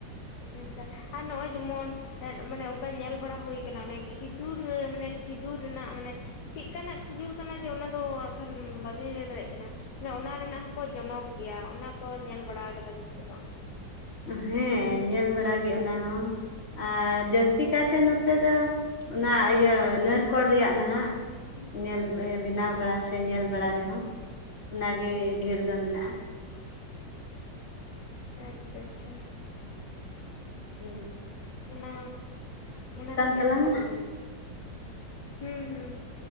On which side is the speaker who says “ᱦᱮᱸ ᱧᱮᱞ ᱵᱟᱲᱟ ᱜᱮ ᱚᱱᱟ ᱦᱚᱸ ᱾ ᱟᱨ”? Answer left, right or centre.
Left